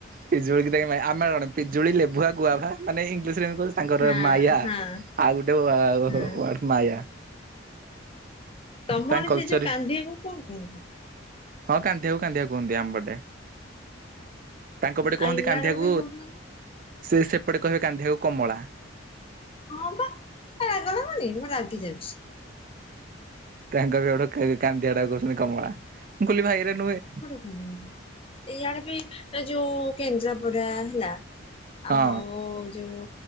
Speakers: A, on the right; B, on the left.
A: ପିଜୁଳିିକ ନେଇ ଆମେ ଜଣେ ପିଜୁଳି ଲେଭୁଆ ଗୁଆଭା ମାନେ ଇଙ୍ଗଲିଶ ରେ ତାଙ୍କର
B: ହଁ
A: ମାୟା
B: ହଁ
A: ଆଉ ଗୋଟେ
B: ହୁଁ
A: ମାୟା
B: ତମଣ
A: ତାଙ୍କ କଲଚର
B: ସେ ଯୋଉ କାନ୍ଦିବାକୁ କଣ କହନ୍ତି?
A: ହଁ କାନ୍ଦିକୁ କାନ୍ଦି କୁହନ୍ତି ଆମପଟେ। ତାଙ୍କପଟେ କହନ୍ତି
B: ଆଉ ଇଆଡେ
A: କାନ୍ଧିଆକୁ
B: ଗୋଟେ କହୁଛନ୍ତି
A: ସେ ସେପଟେ କହିବେ କାନ୍ଧିଆକୁ କମଳା।
B: ହଁ ବା ରାଗଲା ମନି ମୁଁ ରାଗି ଯାଉଛି।
A: ତାଙ୍କ ବି ଗୋଟେ କାନ୍ଦିଆ ଟା କହୁଛନ୍ତି କମଳା ମୁଁ କହଲିି ଭାଇରେ ନୁହେଁ।
B: ହୁଁ ଏଇଆଡେ ବି ଯୋଉ କେନ୍ଦ୍ରାପଡା ହେଲା
A: ହଁ
B: ଆ ହଉ ଯୋଉ